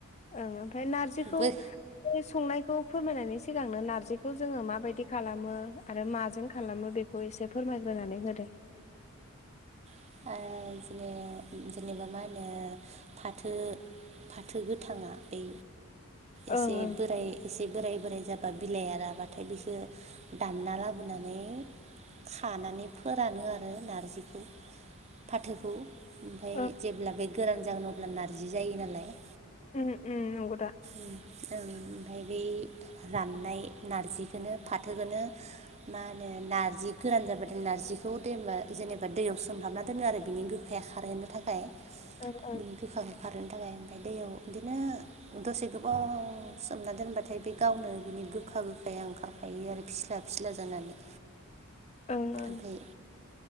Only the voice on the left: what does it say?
ओं ओमफ्राय नार्जिखौ
बे संनायखौ फोरमायनायनि सिगांनो नारजिखौ जोङो माबायदि खालामो आरो माजों खालामो बेखौ खौ एसे फोरमायग्रोनानै होदे।
ओं ओं
ओं
उम उम नंगौदा।
ओं ओं
<inaudible> ओं